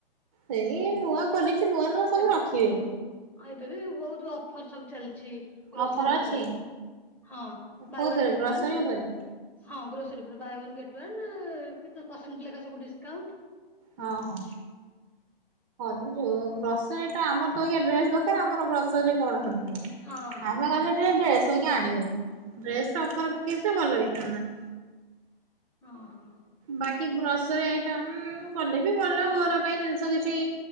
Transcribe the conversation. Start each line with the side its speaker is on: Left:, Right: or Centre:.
Right: ସେଇ ନୂଆ ଖୋଲିଚି ନୂଆ ନୂଆ ସବୁ
Centre: ଏବେ
Right: ରଖିବେ।
Centre: ହଁ ଏବେ ବି ବହୁତ ଅଫର ସବୁ ଚାଲିଚି। ଗ୍ରୋସରୀ
Right: ଅଫର
Centre: ଉପରେ
Right: ଅଛି।
Centre: ହଁ
Right: କୋଉଥିରେ
Centre: ବାଏ ୱାନ ଗେଟ୍
Right: ଗ୍ରସରୀ
Centre: ୱାନ।
Right: ଉପରେ
Centre: ହଁ ଗ୍ରୋସରୀ ଉପରେ ବାଏ ୱାନ ଗେଟ୍ ୱାନ କେତେ ପରସେଣ୍ଟ ଲେଖା ସବୁ ଡିସକାଉଣ୍ଟ।
Right: ହଁ
Centre: ଏ ସବୁ
Right: ହଁ
Centre: ଅଛି।
Right: ହ ଯୋଉ ଗ୍ରୋସରିଟା ଆମର ତ ଏଇଖା ଡ୍ରେସ୍ ଦରକାର ଆମର ଗ୍ରୋ ସରି କଣ ହବ।
Centre: ହଁ ହଁ
Right: ଆମେ ଗଲେ ଟିକେ ଡ୍ରେସ୍ ହେରିକା ଆଣିବୁ। ଡ୍ରେସ ଅଫର ପକେଇଥିଲେ ଭଲ ହେଇଥାନ୍ତା।
Centre: ହଁ ହଁ।
Right: ବାକି ଗ୍ରୋସରୀ ଆଇଟମ କଲେ ବି ଭଲ ଘର ପାଇଁ ଜିନିଷ କିଛି